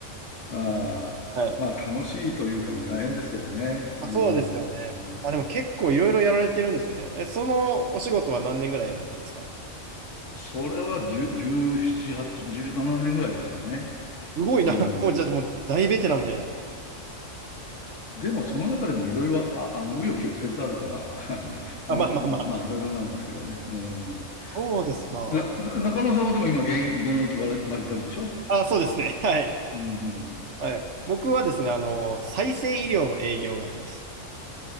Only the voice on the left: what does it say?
ああ、
まあ楽しいというか、まあ大変ですけどね。うん。
それは10 17、8、17年ぐらいですかね。
うん。
でもその中でもいろいろ、あ、あの、紆余曲折あるから、<laughs> あのな、
まあいろいろなんですけどね。うん。
な、な、中野さんはでも今現、現役バリバリバリでしょ
うん。